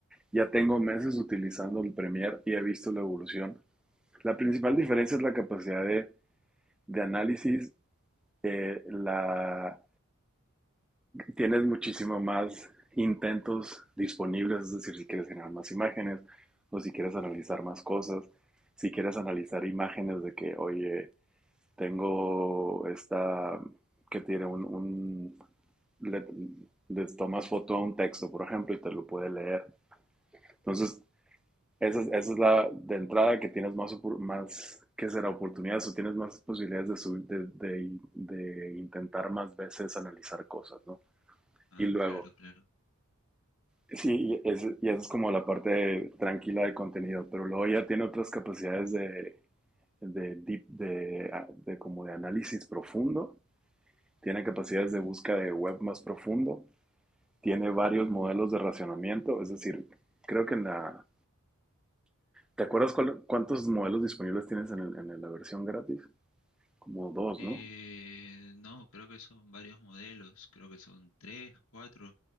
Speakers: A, in the centre; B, on the left (about 60°).
A: ya tengo meses utilizando el Premiere y he visto la evolución. La principal diferencia es la capacidad de, de análisis eh, la, tienes muchísimo más intentos disponibles, es decir, si quieres generar más imágenes o si quieres analizar más cosas, si quieres analizar imágenes de que, oye, tengo esta que tiene un, un le, le tomas foto a un texto, por ejemplo, y te lo puede leer. Entonces, esa es, esa es la de entrada que tienes más, más que será oportunidades o tienes más posibilidades de, sub, de, de, de intentar más veces analizar cosas, ¿no?
B: Ah,
A: Y luego,
B: claro, claro.
A: sí, y es- y esa es como la parte tranquila de contenido, pero luego ya tiene otras capacidades de, de, deep- de, a- de como de análisis profundo, tiene capacidades de búsqueda de web más profundo, tiene varios modelos de racionamiento, es decir, creo que en la... ¿Te acuerdas cuál- cuántos modelos disponibles tienes en, el- en el- la versión gratis? Como dos,
B: Eh,
A: ¿no?
B: no, creo que son varios modelos, creo que son tres, cuatro,